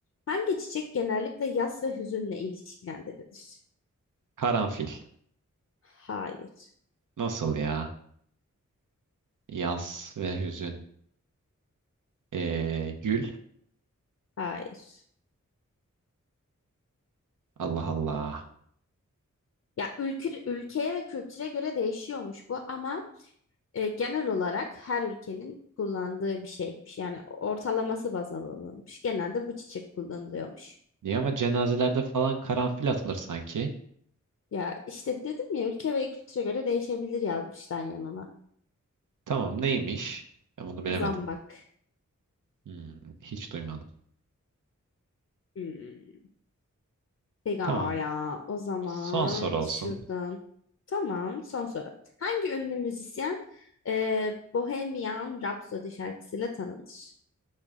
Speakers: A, on the left; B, on the right.
A: Hangi çiçek genellikle yas ve hüzünle ilişkilendirilir?
B: Karanfil.
A: Hayır.
B: Nasıl ya? Yas ve hüzün. Ee, gül.
A: Hayır.
B: Allah Allah.
A: Ya ülke, ülkeye ve kültüre göre değişiyormuş bu ama e, genel olarak her ülkenin kullandığı bir şeymiş. Yani ortalaması baz alınmış. Genelde bu çiçek kullanılıyormuş.
B: Niye ama cenazelerde falan karanfil atılır sanki.
A: Ya işte dedim ya ülke ve kültüre göre değişebilir yazmışlar yanına.
B: Tamam neymiş? Ben bunu bilemedim.
A: Zambak.
B: Hmm, hiç duymadım.
A: Hmm. Pekala.
B: Tamam.
A: O zaman
B: Son soru olsun.
A: şuradan. Tamam, son soru. Hangi ünlü müzisyen e, Bohemian Rhapsody şarkısıyla tanınır?